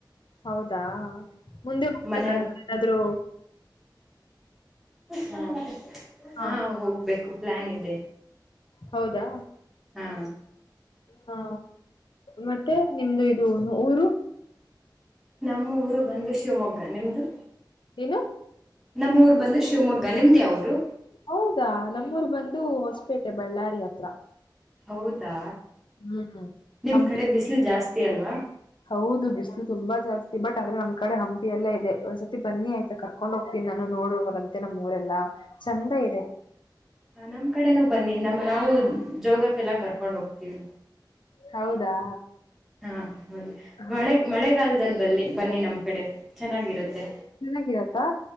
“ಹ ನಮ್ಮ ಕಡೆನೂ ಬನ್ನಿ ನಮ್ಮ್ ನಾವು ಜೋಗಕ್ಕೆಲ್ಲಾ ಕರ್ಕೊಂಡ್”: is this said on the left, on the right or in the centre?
Centre